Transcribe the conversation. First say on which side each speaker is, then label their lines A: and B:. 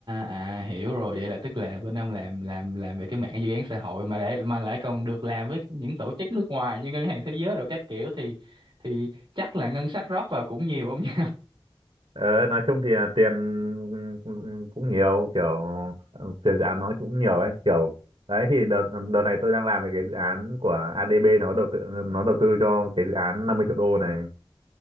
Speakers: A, on the right (about 45°); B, on the right (about 65°).
A: à hiểu rồi vậy là tức là bên ông làm làm làm về cái mảng dự án xã hội mà lại mà lại còn được làm với những tổ chức nước ngoài như ngân hàng thế giới rồi các kiểu thì thì chắc là ngân sách rót vào cũng nhiều không nhỉ
B: ờ, nói chung thì là tiền cũng cũng nhiều kiểu ờ, tiền dự án nó cũng nhiều ấy kiểu đấy thì đợt đợt này tôi đang làm về cái dự án của ADB nó đầu tư nó đầu tư cho cái dự án 50 triệu đô này